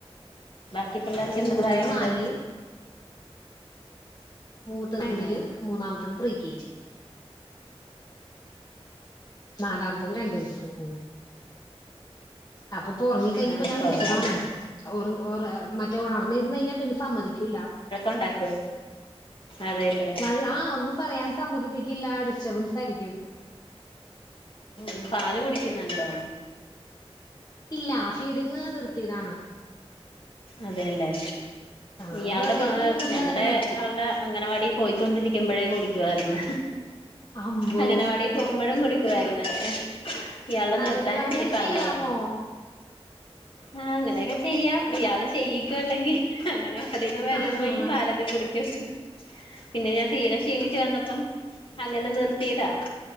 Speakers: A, on the left (about 55°); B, on the left (about 40°).
A: ബാക്കി പിള്ളേർക്ക് എന്ത്
B: മൂത്തത്
A: പ്രായമുണ്ട്
B: നാലില് മൂത്ത രണ്ടില്
A: ആഹ്
B: മൂന്നാമത്തത് പ്രീ കെജി നാലാമത്തത് രണ്ട് വയസ് അപ്പൊപ്പൊ ഉറങ്ങി കഴിഞ്ഞപ്പോ
A: ആഹ്
B: ഞാൻ
A: കൊള്ളാം
B: വിളിച്ചതാണ് ഓർ ഓ മറ്റേ ഉണർന്നിരന്ന് കഴിഞ്ഞാൽ പിന്നെ സമ്മതിക്കൂില്ല
A: ഉണ്ടാക്ക അതെല്ലേ
B: അ ആഹ ഒന്നും പറയാൻ സമ്മതിപ്പിക്കില്ല ഡിസ്റ്റർബൻസ് ആയിരിക്കും
A: ഉ പാല് കുടിക്കുന്നുണ്ടോ
B: ഇല്ല ഫീഡിങ്ങ് നിർത്തിയതാണ്
A: അതെല്ലേ
B: ആ
A: ഇയാളുടെ
B: ബേർഡേക്ക്
A: പ്രാ'ഞങ്ങളടെ
B: മുന്നേ തന്നെ നിർത്തി
A: ആയാളുടെ അംഗനവാടി പോയ്ക്കൊണ്ടിരിക്കുമ്പോഴേ കുടിക്കുവായിന്ന്
B: അമ്പോ
A: അങ്ങനെവാടി പോകുമ്പോഴും കുടിക്കുവായിരുന്നു ഇയാളെ നിർത്താനച്ചരി
B: അയ്യോ അങ്ങനെ
A: പാടായിരുന്ന്
B: ചെയ്യാമോ
A: ആ അങ്ങനെയൊക്കെ ചെയ്യാം ഇയാള ചെയ അല്ലെങ്കിൽ അങ്ങനെ അവിടെന്ന് വരുമ്പോങ്കും
B: ആഹാ
A: പാലൊക്കെ കുടിക്കും പിന്നെ ഞാൻ തീരെ ക്ഷീണിച്ചു വന്നപ്പം അങ്ങനെ നിർത്തിതാ